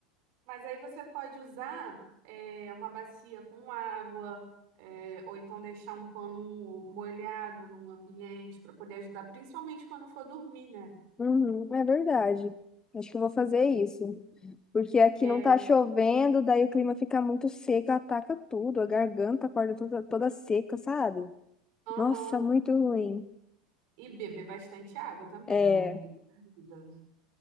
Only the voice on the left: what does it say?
Uhum, é verdade. Acho que eu vou fazer isso. Porque aqui
não tá chovendo, daí o clima fica muito seco, ataca tudo, a garganta acorda toda, toda seca, sabe?
Nossa, muito ruim.
É,